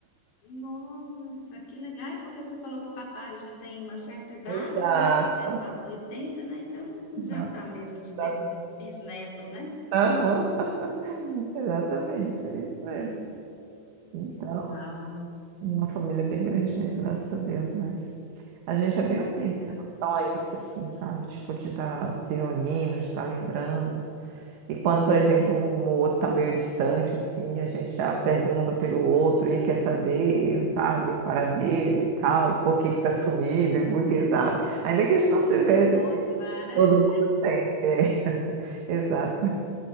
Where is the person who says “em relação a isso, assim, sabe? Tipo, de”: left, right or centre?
Right